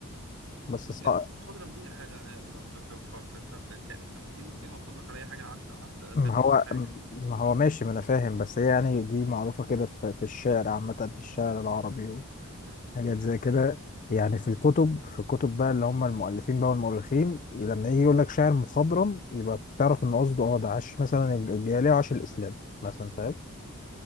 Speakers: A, on the left; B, on the right.
A: بس صعب
B: كلمة مخضرم دي آه، آه، في في في في في في في- في تفكيري كلمة بتطلق على أي حاجة عد عد
A: ما
B: خبير
A: هو
B: في حاجة
A: ما هو ماشي ما أنا فاهم بس هي يعني دي معروفة كده في في الشعر عامة في الشعر العربي
B: لا، دي جديدة
A: حاجات زي كده
B: عليا مش عارف
A: يعني في الكتب في الكتب بقى اللي هم المؤلفين بقى والمؤرخين لما يجي يقول لك شاعر مخضرم يبقى تعرف ان قصده اه ده عاش مثلا الجاهليه وعاش الاسلام مثلا فاهم